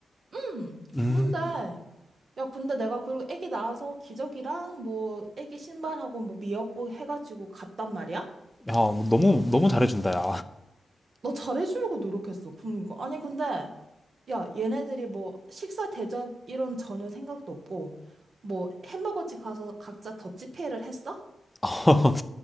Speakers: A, on the right; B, in the centre.
A: 응.
B: 음,
A: 그런데, 야, 근데 내가 그리고 애기 낳아서 기저귀랑 뭐 애기 신발하고 뭐 미역국 해가지고 갔단 말이야?
B: 야, 뭐 너무 너무 잘해준다, 야.
A: 나 잘해주려고 노력했어. 그러니까. 아니, 근데, 야, 얘네들이 뭐 식사 대접 이런 전혀 생각도 없고, 뭐 햄버거집 가서 각자 더치페이를 했어?
B: <laughs>